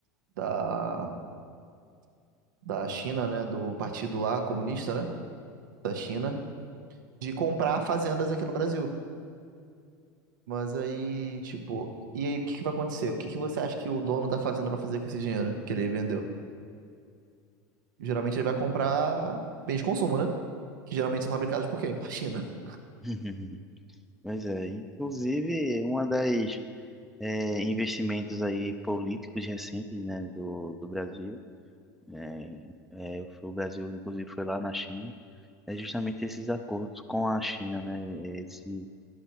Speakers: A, on the right; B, in the centre.
A: da, da China, né, do partido lá comunista, né, da China,
B: Sim.
A: de comprar fazendas aqui no Brasil. Mas aí, tipo, e aí o que que vai acontecer? O que que você acha que o dono da fazenda vai fazer com esse dinheiro que ele vendeu? Geralmente ele vai comprar bens de consumo, né? Que geralmente são fabricados por quem? Por China.
B: <laughs> Pois é, inclusive uma das é, investimentos aí políticos recentes, né, do, do Brasil, né, é, foi o Brasil inclusive foi lá na China, é justamente esses acordos com a China, né, é, esse